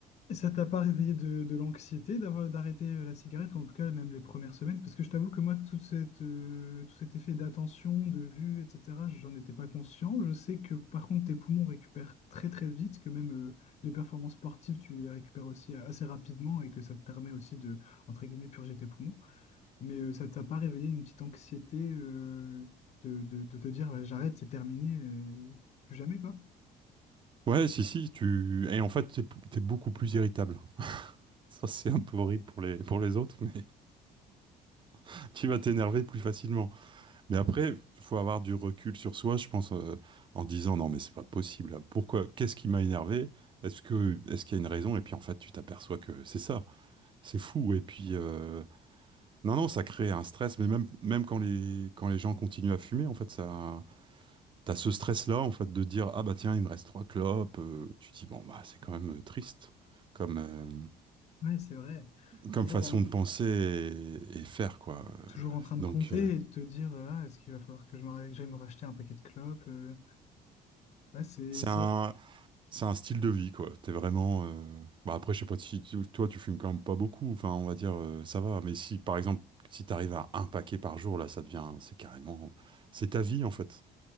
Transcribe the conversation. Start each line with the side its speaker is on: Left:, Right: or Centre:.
Left: Et ça t'a pas réveillé de, de l'anxiété d'avoir d'arrêter euh, la cigarette, ou en tout cas même les premières semaines? Parce que je t'avoue que moi, toute cette, euh, tout cet effet d'attention, de vue, etc., j'en étais pas conscient. Je sais que par contre, tes poumons récupèrent très très vite, que même euh, les performances sportives, tu les récupères aussi euh, assez rapidement et que ça te permet aussi de, entre guillemets, purger tes poumons. Mais euh, ça t'a pas réveillé une petite anxiété euh, de, de, de te dire, bah, j'arrête, c'est terminé, euh, plus jamais, quoi.
Right: ouais, si, si, tu, et en fait, t'es, p- t'es beaucoup plus irritable. Ça, c'est un peu horrible pour les, pour les autres, mais <laughs> tu vas t'énerver plus facilement. Mais après, faut avoir du recul sur soi, je pense, euh, en disant, non, mais c'est pas possible. Pourquoi, qu'est-ce qui m'a énervé? Est-ce que, est-ce qu'il y a une raison? Et puis, en fait, tu t'aperçois que c'est ça. C'est fou. Et puis, euh, Non, non, ça crée un stress, mais même, même quand les, quand les gens continuent à fumer, en fait, ça, t'as ce stress-là, en fait, de dire, ah bah tiens, il me reste trois clopes, euh, tu te dis, bon, bah, c'est quand même euh, triste comme, euh,
Left: Ouais, c'est vrai.
Right: comme
Left: Toujours
Right: façon
Left: en,
Right: de penser et, et faire, quoi. Euh,
Left: toujours en train de
Right: Donc,
Left: compter
Right: euh,
Left: et de te dire, euh, ah, est-ce qu'il va falloir que je me, j'aille me racheter un paquet de clopes? euh. Ouais, c'est,
Right: c'est
Left: c'est,
Right: un, c'est un style de vie, quoi. T'es vraiment, euh, bah après, je sais pas si, tu- toi, tu fumes quand même pas beaucoup, enfin, on va dire, euh, ça va, mais si, par exemple, si t'arrives à un paquet par jour, là, ça devient, c'est carrément, c'est ta vie, en fait.